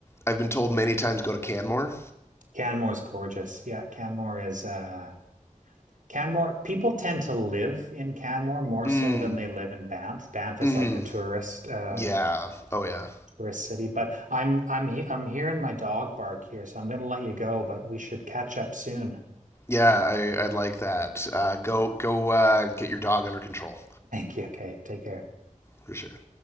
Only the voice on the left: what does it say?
I've been told many times go to Canmore.
Mm.
hmm
Yeah. Oh yeah.
Yeah, I I'd like that. Uh, go go uh, get your dog under control.
For sure.